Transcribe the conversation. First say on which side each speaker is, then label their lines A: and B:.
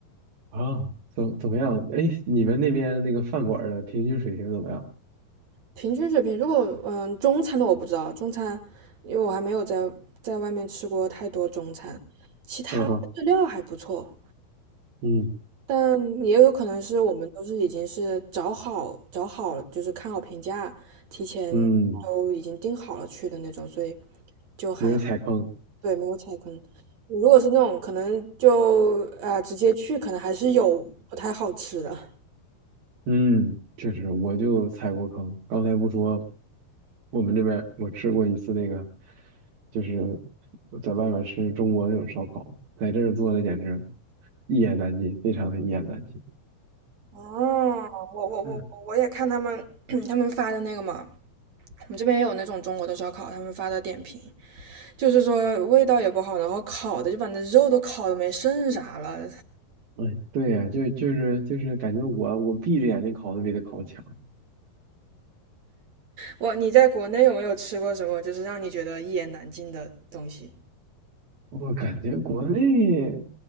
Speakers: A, on the right (about 65°); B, on the right (about 50°).
A: 啊，怎怎么样？哎，你们那边那个饭馆儿的平均水平怎么样？
B: 平均水平。如果嗯、呃中餐的我不知道，中餐因为我还没有在在外面吃过太多中餐，其他的日料还不错。
A: 嗯哼嗯
B: 但也有可能是我们都是已经是找好找好了，就是看好评价，提前都已经定好了去的那种，
A: 嗯，
B: 所以就还。
A: 没有踩坑，
B: 对，没有踩坑。如果是那种可能就呃直接去，可能还是有不太好吃的。
A: 嗯，确实，我就踩过坑。刚才不说，我们这边我吃过一次那个，就是在外面吃中国那种烧烤，在这儿做的简直一言难尽，非常的一言难尽。
B: 哦，我我我我也看他们
A: 嗯，
B: <clears throat> 他们发的那个嘛，我们这边也有那种中国的烧烤，他们发的点评就是说味道也不好，然后烤的就把那肉都烤的没剩啥了。
A: 哎，对呀，就就是就是感觉我我闭着眼睛烤都比他烤强。
B: 我你在国内有没有吃过什么就是让你觉得一言难尽的东西？
A: 我感觉国内